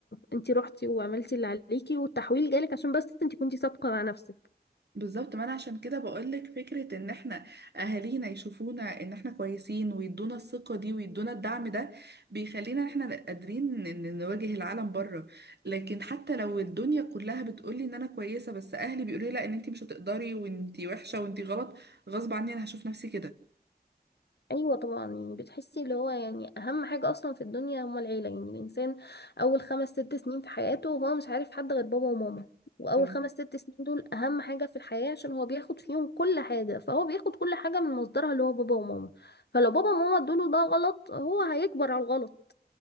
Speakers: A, on the left; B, on the right.
A: انتي روحتي وعملتي اللي عليكي والتحويل جالك عشان بس انتي كنتي صادقة مع نفسك
B: بالظبط ما انا عشان كده بقولك فكرة ان احنا اهالينا يشوفونا ان احنا كويسين ويدونا الثقة دي ويدونا الدعم ده بيخلينا إن احنا قادرين ان نواجه العالم بره لكن حتى لو الدنيا كلها بتقولي ان انا كويسة بس اهلي بيقولوا لي لا ان انتي مش هتقدري وانتي وحشة وانتي غلط غصب عني انا هشوف نفسي
A: ايوه طبعا يعني بتحسي اللي هو يعني اهم حاجه اصلا في الدنيا هما العيله يعني الانسان اول خمس ست سنين في حياته هو مش عارف حد غير بابا وماما واول
B: كده
A: خمس ست سنين دول اهم حاجه في الحياه عشان هو بياخد فيهم كل حاجه فهو بياخد كل حاجه من مصدرها اللي هو بابا وماما فلو بابا وماما ادوله ده غلط هو هيكبر على الغلط